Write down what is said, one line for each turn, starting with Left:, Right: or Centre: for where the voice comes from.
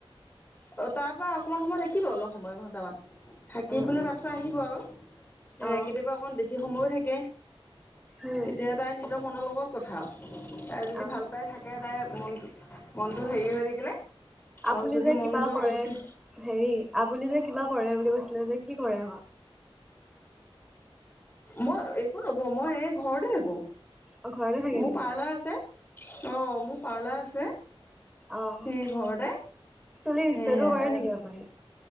Left: অ তাৰপৰা অকণমান সময় থাকিব অলপ সময় এঘণ্টামান। থাকি
Centre: উম
Left: পেলাই
Centre: উম
Left: তাৰ পিছত আহিব আৰু, এ
Centre: অ
Left: কেতিয়াবা অকণ বেছি সময়ো থাকে।
Centre: উম
Left: তেতিয়া তাই নিজৰ মনৰ লগত কথা আৰু, তাই যদি
Centre: অ
Left: ভাল পাই থা কে তাইৰ মনটো মনটো হেৰি হৈ থাকিলে
Centre: আপুনি
Left: আৰু যদি
Centre: যে
Left: মন
Centre: কিবা
Left: গৈ
Centre: কৰে,
Left: গুচি
Centre: হেৰি আপুনি যে কিবা কৰে বুলি কৈছিলে যে কি কৰে আক?
Left: মই একো নকৰো, মই এই ঘৰতে থাকো।
Centre: অ ঘৰতে থাকে
Left: মোৰ
Centre: নেকি
Left: পাৰ্লাৰ আছে, অ মোৰ পাৰ্লাৰ আছে,
Centre: অ অ
Left: সেই ঘৰতে,
Centre: চুলি ষ্টেটো
Left: হেয়া
Centre: কৰে নেকি আপুনি?